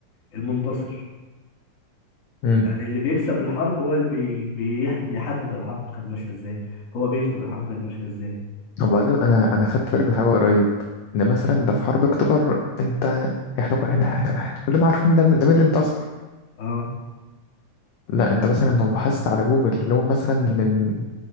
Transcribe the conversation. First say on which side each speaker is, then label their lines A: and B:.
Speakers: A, on the left; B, on the left.
A: المنتصر
B: امم
A: يعني اللي بيكسب الحرب هو اللي بي... بي... بيحدد الحرب كانت ماشيه ازاي هو بيكتب الحرب كانت ماشيه ازاي
B: وبعدين أنا أنا خدت بالي من حاجة قريب إن مثلا ده في حرب أكتوبر أنت إحنا كل- إحنا إحنا إحنا كلنا عارفين ده من ده مين اللي انتصر
A: اه
B: لا أنت مثلا لو بحثت على جوجل اللي هو مثلا من